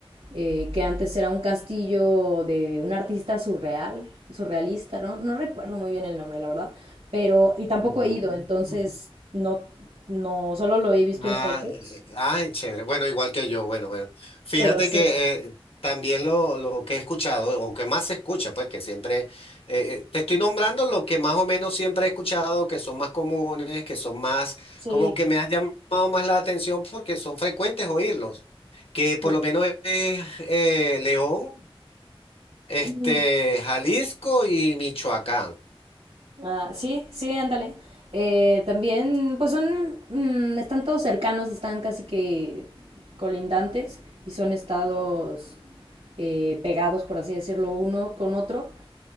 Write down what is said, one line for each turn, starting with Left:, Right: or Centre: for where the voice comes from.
Right: eh, que antes era un castillo de un artista surreal, surrealista, no, no recuerdo muy bien el nombre, la verdad, pero y
Left: Mm,
Right: tampoco he ido, entonces
Left: mm.
Right: no, no, solo lo he visto
Left: Ah,
Right: en fotos.
Left: eh, ay, chévere. Bueno, igual que yo. Bueno, bueno. Fíjate
Right: <laughs> Pero sí.
Left: que eh, también lo, lo que he escuchado, o que más se escucha, pues que siempre, eh, eh, te estoy nombrando lo que más o menos siempre he escuchado, que son más comunes, que son más,
Right: Sí.
Left: como que me han llamado más la atención porque son frecuentes oírlos. Que por
Right: Sí,
Left: lo menos es eh, León. Este,
Right: Mm.
Left: Jalisco y Michoacán.
Right: Ah, sí, sí, ándale. Eh, también, pues son, mm, están todos cercanos, están casi que colindantes y son estados eh, pegados, por así decirlo, uno con otro.